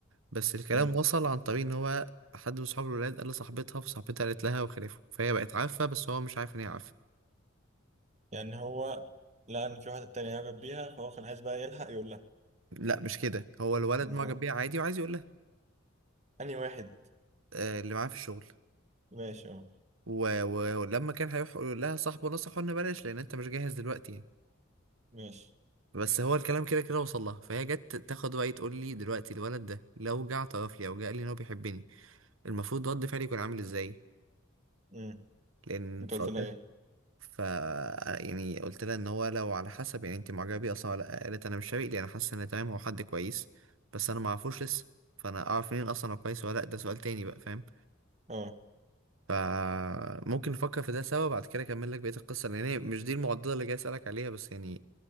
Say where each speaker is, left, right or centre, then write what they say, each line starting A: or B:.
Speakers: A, on the right; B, on the right.
A: بس الكلام
B: مم.
A: وصل عن طريق ان هو حد من اصحاب الولاد قال لصاحبتها فصاحبتها قالت لها وخلافه فهي بقت عارفه بس هو مش عارف ان هي عارفه
B: يعني هو لقى إن في واحدة تانية يعجب بيها فهو كان عايز بقى يلحق يقول لها
A: لا مش كده هو الولد
B: أما
A: معجب بيها عادي وعايز يقول لها
B: أنهي واحد؟
A: آه اللي معاه في الشغل
B: ماشي أه
A: و... و... ولما كان هيروح يقول لها صاحبه نصحه ان بلاش لان انت مش جاهز دلوقتي يعني
B: ماشي
A: بس هو الكلام كده كده وصل لها فهي جت تاخد وقت تقول لي دلوقتي الولد ده لو جه اعترف لي او جه قال لي ان هو بيحبني المفروض رد فعلي يكون عامل ازاي
B: مم.
A: لان
B: أنت
A: فقلت
B: قلت لها
A: لها
B: إيه؟
A: ف يعني قلت لها ان هو لو على حسب يعني انت معجبه بيه اصلا ولا لأ؟ قالت انا مش شايف لي انا حاسه ان تمام هو حد كويس بس انا ما اعرفوش لسه فانا اعرف منين اصلا هو كويس ولا لا ده سؤال تاني بقى فاهم
B: أه
A: فممكن نفكر في ده سوا بعد كده اكمل لك بقية القصة لان هي مش دي المعضلة اللي جاي اسألك عليها بس يعني